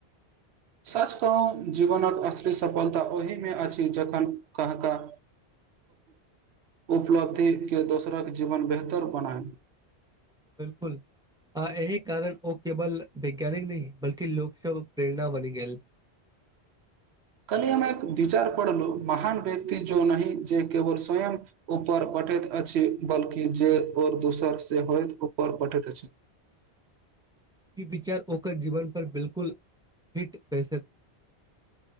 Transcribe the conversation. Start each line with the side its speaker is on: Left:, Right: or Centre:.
Right: सच कह जीवन कऽ अशली सफलता ओहि मे अछि जखन कह कऽ उपलब्धि के दोसरा के जीवन बेहतर बनय
Centre: बिल्कूल आ एहि कारण ओ केवल वैज्ञानिक नै बल्कि लोक सभ प्रेरणा बनि गेल
Right: कल अमे एक विचार पढ़लू महान व्यक्ति जो नह जे केवल स्वय ऊपर पठैत अछि बल्कि जे दोसर से होइत ऊपर पठैत अछि
Centre: ई विचार ओकर जीवन पर बिल्कूल हिट बैसत